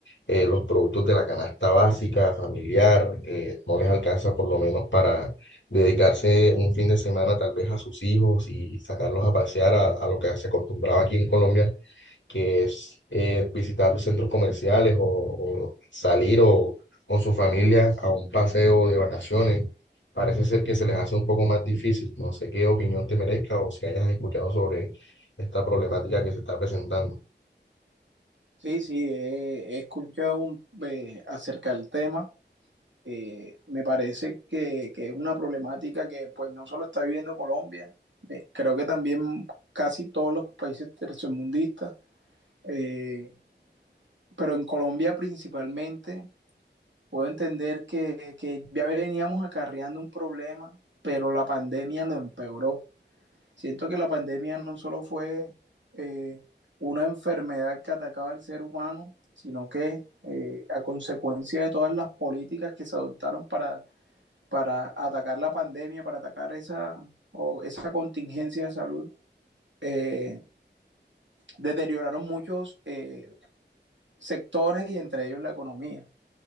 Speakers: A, on the left (about 80°); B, on the right (about 80°).
A: eh, los productos de la canasta básica, familiar, eh, no les alcanza por lo menos para dedicarse un fin de semana tal vez a sus hijos y sacarlos a pasear a, a lo que se acostumbraba aquí en Colombia, que es eh, visitar los centros comerciales o, o salir o con su familia a un paseo de vacaciones. Parece ser que se les hace un poco más difícil. No sé qué opinión te merezca o si hayas escuchado sobre esta problemática que se está presentando.
B: Sí, sí, he, he escuchado un, eh, acerca del tema. Eh, me parece que, que es una problemática que pues no solo está viviendo Colombia, eh, creo que también casi todos los países tercermundistas, eh, pero en Colombia principalmente puedo entender que, que ya veníamos acarreando un problema, pero la pandemia lo empeoró. Siento que la pandemia no solo fue eh, una enfermedad que atacaba al ser humano, sino que eh, a consecuencia de todas las políticas que se adoptaron para, para atacar la pandemia, para atacar esa, o esa contingencia de salud, eh, deterioraron muchos eh, sectores y entre ellos la economía.